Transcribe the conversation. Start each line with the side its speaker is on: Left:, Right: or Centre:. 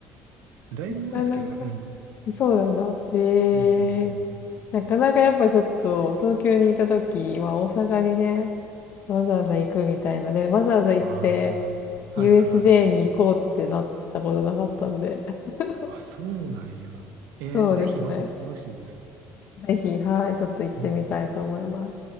Right: だいぶ前ですけどね。
Left: なかなか。
Right: うん。
Left: そうなんだ。へえ。
Right: うんうんうん。
Left: なかなかやっぱちょっと東京にいた時は大阪にね、わざわざ行くみたいな。で、わざわざ行って
Right: ああ、
Left: USJ
Right: はいはい。
Left: に行こうってなったことなかったんで。<laughs>
Right: あ、そうなんや。えーぜひまた来てほしいです。
Left: そうですね。ぜひ、はい、ちょっと行ってみたいと思います。
Right: うん。